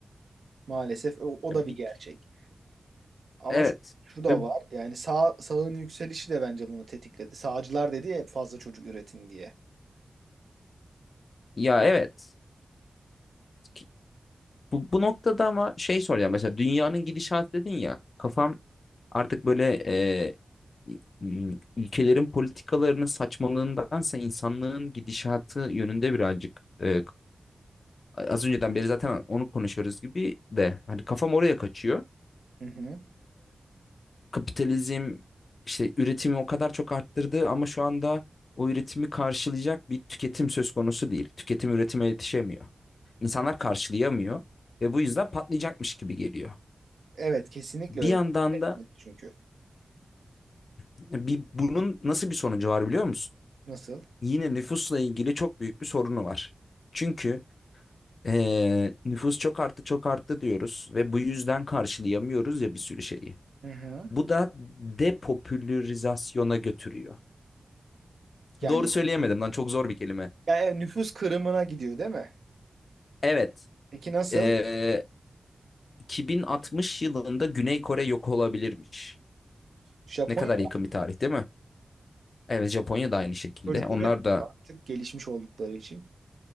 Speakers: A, on the right; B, on the left.
A: Maalesef o, o
B: Ya
A: da
B: bi-
A: bir gerçek. Ama
B: Evet.
A: şu, şu da
B: Ve
A: var. Yani sağ sağın yükselişi de bence bunu tetikledi. Sağcılar dedi ya hep fazla çocuk üretin diye.
B: ya evet. Ki- Bu, bu noktada ama şey soracağım. Mesela dünyanın gidişatı dedin ya. Kafam artık böyle e, m, ülkelerin politikalarının saçmalığındansa insanlığın gidişatı yönünde birazcık e, az önceden beri zaten onu konuşuyoruz gibi de hani kafam oraya kaçıyor.
A: Hı hı.
B: kapitalizm işte üretimi o kadar çok arttırdı ama şu anda o üretimi karşılayacak bir tüketim söz konusu değil. Tüketim üretime yetişemiyor. İnsanlar karşılayamıyor ve bu yüzden patlayacakmış gibi geliyor.
A: Evet kesinlikle
B: Bir
A: öyle.
B: yandan da
A: Çünkü
B: bir, bunun nasıl bir sonucu var biliyor musun?
A: nasıl?
B: Yine nüfusla ilgili çok büyük bir sorunu var. Çünkü eee, nüfus çok arttı çok arttı diyoruz ve bu yüzden karşılayamıyoruz ya bir sürü şeyi.
A: Hı hı.
B: Bu da depopülarizasyona götürüyor.
A: Yani,
B: Doğru söyleyemedim lan çok zor bir kelime.
A: yani nüfus kırımına gidiyor değil mi?
B: Evet.
A: Peki nasıl?
B: Ee, 2060 yılında Güney Kore yok olabilirmiş.
A: Japonya
B: Ne kadar yakın bir tarih değil mi? Evet Japonya da aynı şekilde.
A: çocuk
B: Onlar
A: üretmiyor
B: da
A: artık gelişmiş oldukları için.